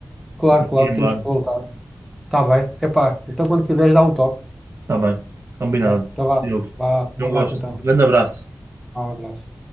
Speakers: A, in the centre; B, on the right.
A: claro,
B: temos
A: claro,
B: que ir
A: temos
B: embora.
A: que voltar. Está bem, epá, então quando quiseres dá um toque.
B: Está bem, combinado.
A: Vai, então vá,
B: Eu,
A: vá,
B: eu
A: um abraço
B: gosto.
A: então.
B: Grande abraço.
A: Vá, Um abraço.